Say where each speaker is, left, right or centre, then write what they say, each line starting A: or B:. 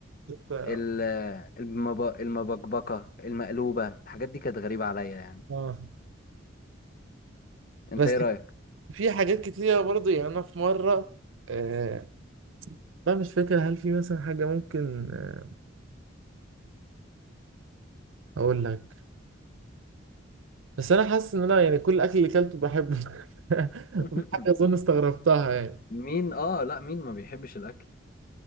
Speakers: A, on the right (about 75°); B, on the left (about 45°).
A: كنت
B: ال- المب... المبكبكة المقلوبة الحاجات دي كانت غريبة عليا يعني
A: اه
B: انت
A: بس
B: ايه رأيك؟
A: في حاجات كتيرة برضه يعني أنا في مرة آه لا مش فاكر هل في مثلا حاجة ممكن آه أقول لك بس أنا حاسس إن أنا يعني كل الأكل اللي أكلته بحبه <laughs>
B: <laughs>
A: وفي حاجة أظن استغربتها يعني
B: مين اه لا مين ما بيحبش الاكل